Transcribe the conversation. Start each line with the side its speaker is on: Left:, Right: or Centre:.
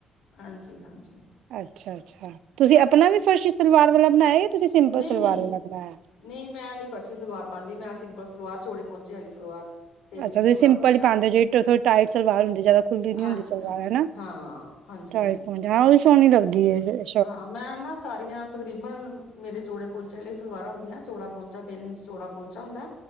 Left: ਹਾਂਜੀ, ਹਾਂਜੀ।
Right: ਅੱਛਾ ਅੱਛਾ, ਤੁਸੀਂ ਅਪਣਾ ਵੀ ਫਰਸੀ਼ ਸਲਵਾਰ ਵਾਲਾ ਬਣਾਇਐ ਯਾ ਤੁਸੀਂ ਸਿੰਪਲ
Left: ਨਹੀਂ,
Right: ਸਲਵਾਰ
Left: ਨਹੀਂ,
Right: ਵਾਲਾ ਬਣਾਐ?
Left: ਨਹੀਂ ਮੈਂ ਨੀ ਫਰਸ਼ੀ ਸਲਵਾਰ ਪਾੰਦੀ ਮੈਂ ਸਿੰਪਲ ਸਲਵਾਰ ਚੋੜੇ ਪੋੰਚੇ ਆਲੀ ਸਲਵਾਰ। ਤਿੰਨ
Right: ਅੱਛਾ,
Left: ਚ ਚੋੜਾ
Right: ਤੁਸੀਂ ਸਿੰਪਲ
Left: ਪਹੁੰਚਾ
Right: ਹੀ ਪਾੰਦੇ ਜੇੜੀ ਟਥ ਟਾਈਟ ਸਲਵਾਰ ਹੁੰਦੀ ਜੈਦਾ ਖੁੱਲ੍ਹੀ ਨੀ
Left: ਹਾਂਜੀ,
Right: ਹੂੰਦੀ ਸਲਵਾਰ
Left: ਹਾਂਜੀ,
Right: ਹੈਨਾ।
Left: ਹਾਂ, ਹਾਂਜੀ,
Right: ਟ੍ਰਾਈ
Left: ਹਾਂਜੀ।
Right: ਪੋਚਾ ਆ ਉਹ ਵੀ ਸੋਹਣੀ ਲੱਗਦੀ ਏ।
Left: ਹਾਂ, ਮੈਂ ਨਾ ਸਾਰੀਆਂ ਤਕਰੀਬਨ ਮੇਰੇ ਚੌੜੇ ਪੌੰਚੇ ਅਲੀ ਸਲਵਾਰਾਂ ਹੁੰਦੀਐਂ ਚੌੜਾ ਪੋੰਚਾ ਤਿੰਨ ਇੰਚ ਚੌੜਾ ਪੋੰਚਾ ਹੁੰਦਾ।